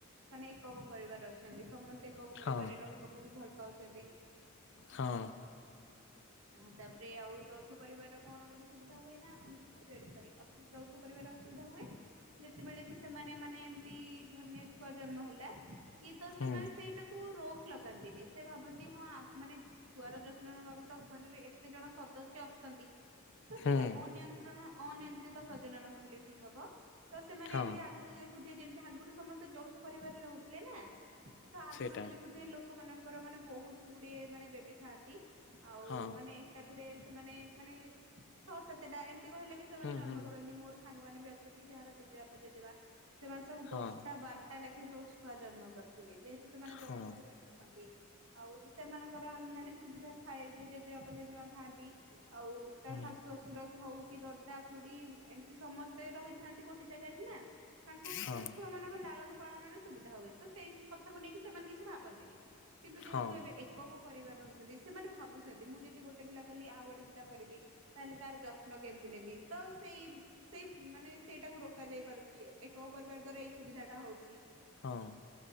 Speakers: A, on the right; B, on the left.
A: ମାନେ ଏକକ ପରିବାର ଅଛନ୍ତି ସମସ୍ତେ ଏକକ ପରିବାରରେ
B: ହଁ
A: ରହିବାକୁ ବି ଭଲ ପାଉଛନ୍ତି।
B: ହଁ
A: ଆଉ ତାହାପରେ ଆଉ ଯୌଥ ପରିବାରର କଣ ଗୋଟେ ହୁଏ ଯାଉଥ ପରିବାର ଅସୁବିଧା ହୁଏ। ଯେତେବେଳେ କି ସେମାନେ ମାନେ ଏମତି ଧରିନିଅ ଛୁଆ ଜନ୍ମ ହେଲା କି ତ
B: ହୁଁ
A: ସେମାନେ ସେଇଟାକୁ ର ଲଗାନ୍ତିନି ସେ ଭାବନ୍ତି ହଁ ମାନେ ଛୁଆର ଯତ୍ନ ନେବାକୁ ତ ଘରରେ ଏତେ ଜଣ ସଦସ୍ୟ ଅଛନ୍ତି ହନ୍ତି ତ ସେଇଟା
B: ହୁଁ।
A: ଅନିୟନ୍ତ୍ରଣ ଅନୟନ୍ତ୍ରିତ ପ୍ରଜନନ କହିଲେ ଠିକ ହବ ତ ସେମାନେ
B: ହଁ
A: ଏମିତି ଆଗରୁ ଦେ ଯେମିତି ଆଗରୁ ସମସ୍ତେ ଯୌଥ ପରିବାରରେ ରହୁଥିଲେ ନା ତ ଆଗରୁ
B: ସେଇଟା
A: ବି ଦେଖୁଥିବେ ଲୋକେ ଲୋକ ମାନଙ୍କର ମାନେ ବହୁତ ଗୁଡିଏ ମାନେ ବେବି ଥାନ୍ତି ଆଉ
B: ହଁ
A: ମାନେ ଏକାଥରେ ମାନେ ମାନେ ଛଅ ସାତଟା ଏମିତି କହିଲେ ବି ସେମାନେ
B: ହୁଁ
A: ଜନ୍ମ
B: ହୁଁ
A: କରନ୍ତି ମୋର ସାଙ୍ଗମାନେ ବି ଅଛନ୍ତି ଯାହାର ଜେଜେବାପ ଜେଜେମା ସେମାନେ ସବୁ
B: ହଁ
A: ଦଶଟା ବାରଟା ଲେଖିଏ ସବୁ ଛୁଆ ଜନ୍ମ କରିଥିବେ ଯେହେତୁ ସେମାନେ ଯୌଥ
B: ହଁ
A: ପରିବାରରେ ରୁହନ୍ତି। ଆଉ ସେମାନଙ୍କର ମାନେ ସୁବିଧା ଥାଏ ଜେଜେବାପ ଜେଜେମା ଥାନ୍ତି ଆଉ ତା
B: ହୁଁ
A: ଶାଶୁ ଶଶୁର ହଉ କି ଦାଦା ଖୁଡି ଏମିତି ସମସ୍ତେ ରହିଥାନ୍ତି ଗୋଟେ ଜାଗାରେ ନା ତାଙ୍କୁ
B: ହଁ
A: ସେ ଛୁଆ ମାନଙ୍କ ଲାଳନ ପାଳନରେ ସୁବିଧା ହୁଏ ତ ସେଇ କଥାକୁ ନେଇକି ସେମାନେ କିଛି ଭାବନ୍ତିନି। କିନ୍ତୁ ଯେହେତୁ
B: ହଁ।
A: ଏବେ ଏକ ହୋ ପରିବାରରେ ରହୁଛନ୍ତି ସେମାନେ ଭାବୁଛନ୍ତି ମୁଁ ଯଦି ଗୋଟେ ପିଲା କଲି ଆଉ ଗୋଟେ ପିଲା କରିବି ତାହେଲେ ତାର ଯତ୍ନ କେମିତି ନେବି ତ ସେଇ ସେଇ ମାନେ ସେଇଟାକୁ ରୋକା ଯାଇ ପାରୁଛି କୋଉ ପରିବାର ଦ୍ଵାରା ଏଇ ସୁବିଧା ଟା ହଉଛି।
B: ହଁ।